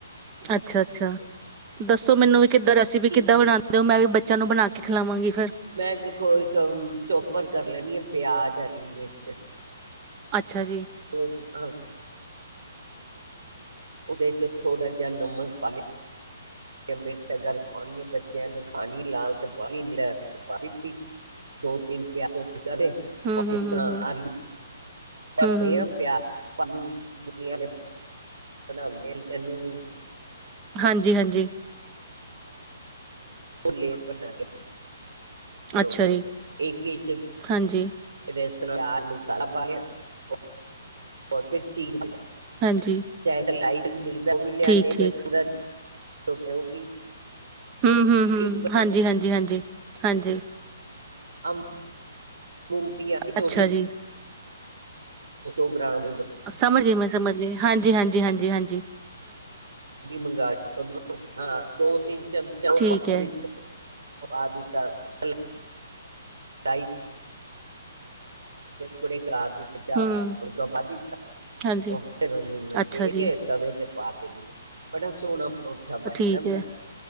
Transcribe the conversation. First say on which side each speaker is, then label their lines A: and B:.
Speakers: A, on the right (about 25°); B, on the right (about 75°).
A: ਅੱਛਾ -ਅੱਛਾ
B: ਉਹਦੇ
A: ਦੱਸੋ ਮੈਨੂੰ ਵੀ ਕਿੱਦਾਂ ਰੈਸਪ
B: ਠੀਕ
A: ਕਿਦਾਂ
B: ਹੈ
A: ਬਣਾਉਂਦੇ ਮੈ ਵੀ ਬ ਬੱਚਾਂ ਨੂੰ ਬਣਾ ਕੇ ਖਿਲਾਵਾਂਗੇ।
B: ਮੈਂ ਦੇਖੋ ਇੱਕ ਚੋਪਰ ਕਰ ਲੈਣੀ ਹ ਪਿਆਜ। ਜਾਰੀ ਮੇਟ ਚ
A: ਅੱਛਾ ਜੀ
B: ਹੋਰ ਆ ਉਹਦੇ ਚ ਥੋੜਾ ਜਿ ਨਮਕ ਪਾ ਲੈਣੀ ਪਾਣੀ ਬੱਚਿਆਂ ਨੇ ਖਾਣੀ ਲੈਣਾ ਤੇ ਦੋ ਤਿੰਨ ਪਿਆਜ ਕਦੇ
A: ਹੂੰ-ਹੂੰ-ਹੂੰ-ਹੂੰ,
B: ਜਿਸ ਤਰ੍ਹਾਂ ਆਲੂ ਭਰਦੇ
A: ਹੂੰ-ਹੂੰ
B: ਹ ਪਿਆਰ ਆਪਾਂ ਨੂੰ ਮਰੀ ਆਲੇ ਬਣਾਂਦੇ ਇਹਨੂੰ।
A: ਹਾਂਜੀ ਹਾਂਜੀ।
B: ਉਹ ਲੇ ਬੰਣਾ ਲਿਆ। <unintelligible>
A: ਅੱਛਾ ਜੀ ਹਾਂਜੀ-ਹਾਂਜੀ,
B: <unintelligible> ਰ ਫਿਰ ਚੀਜ਼ <unintelligible> ਪਨੇ
A: ਹਾਂਜੀ
B: <unintelligible> ਜਾ ਅ
A: ਠੀਕ-ਠੀਕ
B: ਨੇਕ ਚ <unintelligible> ਛੋਟੇ ਉਹ ਵੀ
A: ਹੂੰ ਹੂੰ ਹੂੰ
B: ਇੱਕ
A: ਹਾਂਜੀ ਹਾਂਜੀ ਹਾਂਜੀ ਹਾਂਜੀ।
B: ਆ ਬੋਲਦੀ ਆਦੀ
A: ਅੱਛਾ
B: ੋਟੀ
A: ਜੀ,
B: <unintelligible> ਸੌ ਗ੍ਰਾਮ ਏ।
A: ਸਮਝ ਗਏ, ਮੈਂ ਸਮਝ ਗਈ ਹਾਂਜੀ। ਜੀ ਹਾਂਜੀ ਹਾਂਜੀ ਹਾਂਜੀ।
B: ਮੰ ਹਾਂ <unintelligible> ਦੋ ਤਿੰਨ ਚਮਚਾ ਓ
A: ਠੀਕ
B: ਪਾ
A: ਹੈ,
B: ਕੇ ਆਦ ਤਾਂ <unintelligible> ਸਾਈ ਕੁੜੇ <unintelligible> ਚ ਦੀ ਤੇ ਚਾਰ
A: ਹੂੰ,
B: ਬਾਦਾ <unintelligible> ਵੱਧ ਦਿੱਤਾ
A: ਹਾਂਜੀ,
B: ਉਹ ਫਿਰ ਉਹਨੂੰ ਮੈਂ
A: ਅੱਛਾ
B: ਵੇਖ
A: ਜੀ,
B: ਕੇ ਤਵੇ ਤੇ ਪਾ ਦੇਣੀ ਆ ਬੜਾ ਸੋਨਾਂ ਪਰੋਠਾ ਬਣ
A: ਠੀਕ
B: ਜਾਂਦਾ।
A: ਹੈ,